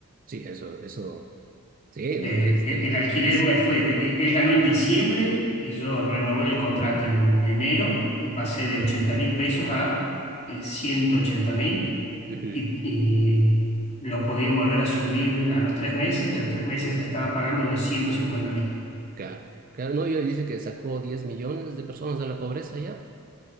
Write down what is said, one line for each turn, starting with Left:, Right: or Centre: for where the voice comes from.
Right: Sí, eso, eso. Sí,
Left: Eh,
Right: no, yo estaría
Left: e- el
Right: enojadísimo.
Left: alquiler me fue, de- e- él ganó en diciembre y yo renové el contrato en enero y pasé de ochenta mil pesos a eh, ciento ochenta mil
Right: Ujú.
Left: y, y lo podían volver a subir a los tres meses y a los tres meses estaba pagando doscientos cincuenta mil.
Right: Claro. Claro, no, yo dice que sacó 10 millones de personas de la pobreza ya,